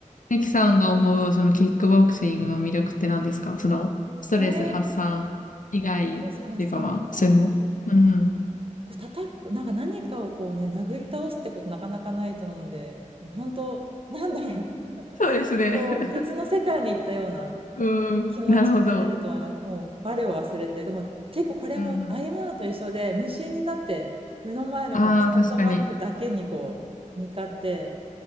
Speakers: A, on the left (about 80°); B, on the right (about 45°).
A: ミキさんが思う、そのキックボクシングの魅力って何ですかその、ストレス発散以外っていうかまあ、
B: あれとりー、えず発散以外。
A: そういうのも。うん。
B: こう叩く、なんか何かをこうね、殴り倒すってことなかなかないと思うんで、本当なんだろう、
A: そうですね。
B: こう、
A: <laughs>
B: 別の世界に行ったような。
A: うん。
B: 気持ちになれると思います。
A: なるほど。
B: もう我を忘れて。でも結構これもあえ物と一緒で、
A: うん。
B: 無心になって、目の前のこのサンドバッグだけにこう、
A: ああー、確かに。うん
B: 向かって、